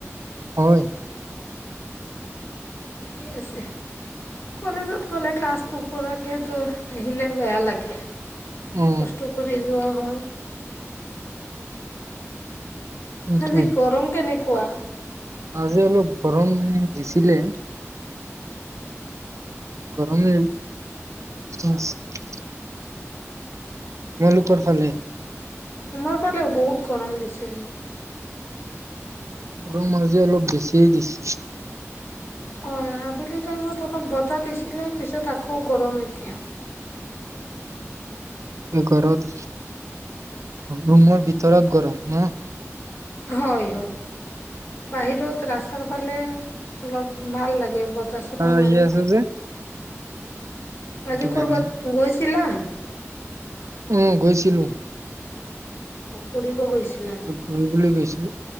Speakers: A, on the right (about 75°); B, on the left (about 50°).
A: হয়
B: ঠিকে আছে কলেজত গলে ক্লাছ নকৰাকে তো আহিলে বেয়া লাগে
A: উম
B: কষ্ট কৰি যোৱা হয়
A: সেইটোৱে
B: আজি গৰম কেনে কোৱা
A: আজি অলপ গৰম দিছিলে গৰমেই <unintelligible> তোমালোকৰ ফালে
B: আমাৰ ফালে বহুত গৰম দিছে আজি
A: গৰম আজে অলপ বেছিয়ে দিছে
B: হয় আবেলী টাইমত অলপ বতাহ দিছিলে পিছত আকৌ গৰম এতিয়া
A: ঘৰত ৰুমৰ ভিতৰত গৰম ন
B: হয় হয় বাহিৰত ৰাস্তাৰ ফালে অলপ ভাল লাগে এই বতাহ চতা মাৰে
A: আহি আছে যে সেইটো
B: আজি
A: কাৰণে
B: কৰ'বাত গৈছিলা
A: উম গৈছিলো
B: অ ফুৰিব গৈছে
A: ফুৰিবলৈ গৈছিলো